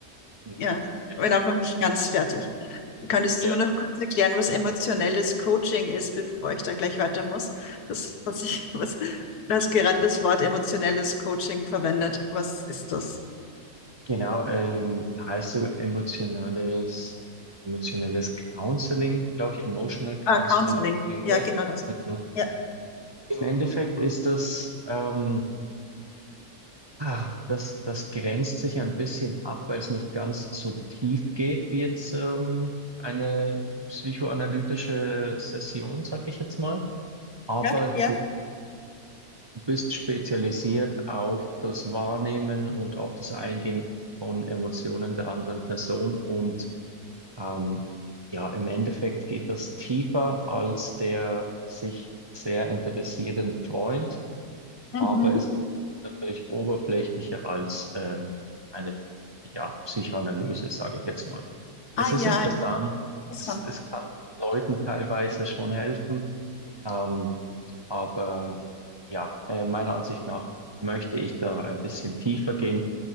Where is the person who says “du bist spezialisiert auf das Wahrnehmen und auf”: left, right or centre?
Right